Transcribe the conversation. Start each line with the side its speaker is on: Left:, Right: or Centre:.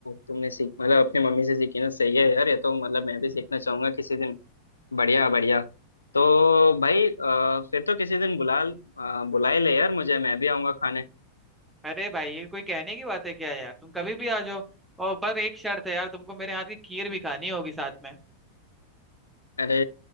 Left: तुमने सीख मतलब अपनी मम्मी से सीखी ना सही है यार ये तो मतलब मैं भी सीखना चाहूंगा किसी दिन बढ़िया बढ़िया तो भाई अ, फिर तो किसी दिन बुला अ, बुला ही ले यार मुझे मैं भी आऊंगा खाने
Centre: अरे भाई ये कोई कहने की बात है क्या यार तुम कभी <laughs> भी आ जाओ और पर एक शर्त है यार तुमको मेरे हाथ की खीर भी खानी होगी साथ में
Left: अरे